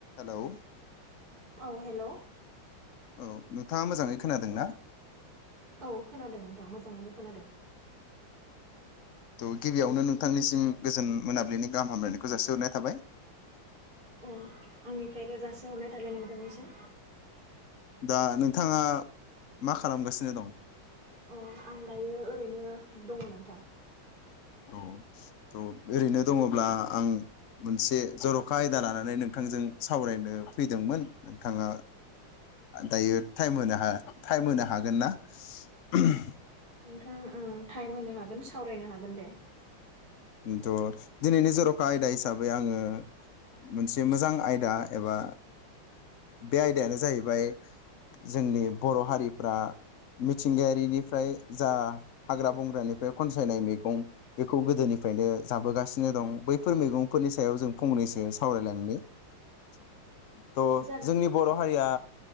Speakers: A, on the left; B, on the right.
A: Hello
B: औ hello.
A: औ नोंथाङा मोजाङै खोनादों ना?
B: औ खोनादों नोंथां मोजाङैनो खोनादों।
A: त' गिबियावनो नोंथांनिसिम गोजोन मोनाबिलिनि गाहाम हामलायनायखौ जासिहरनाय थाबाय।
B: उम आंनिफ्रायबो जासिहरनाय थाबाय नोंथांनिसिम।
A: दा नोंथांङा मा खालामगासिनो दं?
B: अ आं दायो ओरैनो दङ' नोंथां।
A: औ त' ओरैनो दङ'ब्ला आं मोनसे जर'खा आयदा लानानै नोंथांजों सावरायनो फैदोंमोन। नोंथाङा आ दायो टाइम होनो हा टाइम होनो हागोन ना? <unintelligible>
B: नोंथां उम थाइम होनो हागोन सावरायनो हागोन दे।
A: द' दिनैनि जर'खा आयदा हिसाबै आङो मोनसे मोजां आयदा एबा बे आयदायानो जाहैबाय जोंनि बर' हारिफ्रा मिथिंगायारिनिफ्राय जा हाग्रा बंग्रानिफ्राय खनसायनाय मेगं बेखौ गोदोनिफ्रायनो जाबोगासिनो दं। बैफोर मैगंफोरनि सायाव जों फंनैसो सावरायलांनि। थ
B: जागोन
A: जोंनि बर हारिया।